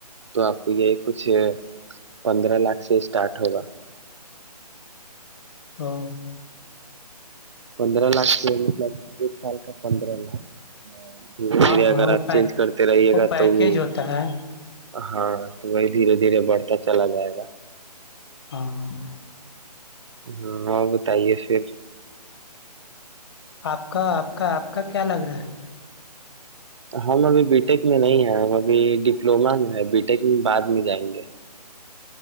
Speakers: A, on the right; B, on the left.
A: تو آپ کو یہ کچھ پندرہ لاکھ سے اسٹارٹ ہوگا
B: ہو
A: پندرہ لاک سے مطلب ایک سال کا پندرہ لاکھ دھیرے
B: ہاں
A: دھیرے اگر
B: ہاں وہ
A: آپ
B: پے
A: چینج کرتے رہیے گا
B: پیکیج
A: تو وہ
B: ہوتا ہے
A: ہاں تو وہی دھیرے دھیرے بڑھتا چلا جائے گا
B: ہاں
A: ہاں اور بتائیے پھر
B: آپ کا آپ کا آپ کا کیا لگ رہا ہے
A: ہم ابھی بی ٹیک میں نہیں ہیں ہم ابھی ڈپلوما میں ہے بی ٹیک میں بعد میں جائیں گے